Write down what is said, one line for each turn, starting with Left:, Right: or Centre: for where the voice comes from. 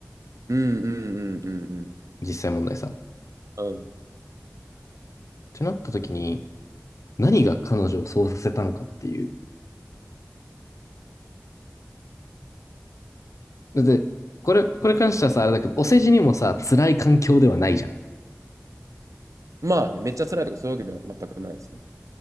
Right: うんうんうんうん
Left: 実際問題さ。っ
Right: うん。うん。
Left: てなった時に、何が彼女をそうさせたのかっていう。だって、これ、これ関してはさ、あれだけど、お世辞にもさ、辛い環境ではないじゃん。
Right: まあね、めっちゃ辛いとかそういうわけでは全くないですね。